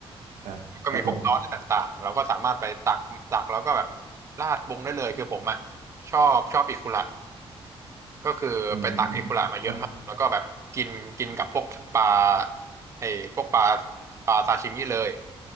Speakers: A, on the right; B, on the right.
A: ครับครับผม
B: ก็มีพวกซอสอะไรต่างๆเราก็สามารถไปตักตักแล้วก็แบบราดปรุงได้เลยคือผมอ่ะชอบชอบอิคุระก็คือไปตักอิคุระมาเยอะมากแล้วก็แบบกินกินกับพวกปลา
A: อืมมัน
B: ไอ้พวกปลาปลาซาชิมิเลย